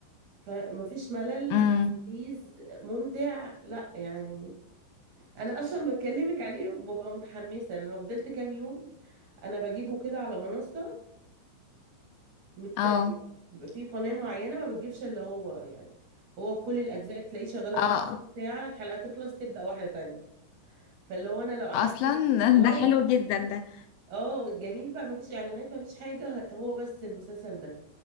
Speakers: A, on the right (about 50°); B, on the left (about 80°).
A: فمفيش ملل
B: امم
A: لذيذ ممتع لا يعني انا اصلا بكلمك عليه وببقى متحمسة انا لو فضلت كام يوم انا بجيبه كده على منصة متسجل
B: اه
A: بيبقى في قناة معينة ما بتجيبش اللي هو يعني هو بكل الاجزاء تلاقيه شغال 24
B: اه
A: ساعة الحلقة تخلص تبدأ واحدة تانية فاللي هو انا لو قعدت
B: اصلا
A: اه
B: ده حلو جدا ده
A: اه جميل بقى مفيش اعلانات مفيش حاجه هو بس المسلسل ده